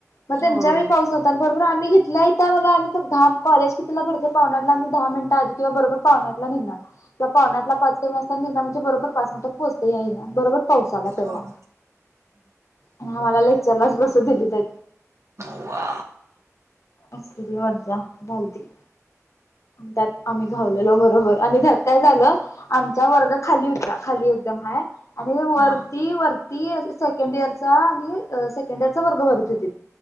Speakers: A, on the left (about 65°); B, on the right (about 60°).
A: म त्यांच्यावेळी
B: होय
A: पाऊस होतात भर पूर आम्ही घेतलाय त बगा आम्ही पण धा कॉलेज कितीला भरते पावणे आठला आमी दहा मिनटं आधी किंवा बरोबर पावणे आठ लाख नि घिणार त पावणे आठ ला पाच कमी असता निघणार म्हणजे बरोबर पाच मिनिटात पोहोचतो याइना बरोबर? पाऊस आला तेव्हा
B: होय.
A: आणि आम्हाला लेक्चरलाच बसू दिली देत.
B: होवा
A: असली ती मज्जा झालती. त्यात आम्ही घावलेलो बरोबर आणि त्यात काय झालं आमचा वर्ग खाली होता खाली होत त म्हाय आणि वरती
B: हा
A: वर ती सेकंड इयरचा आणि सेकंड इयरचा वर्ग भरत होती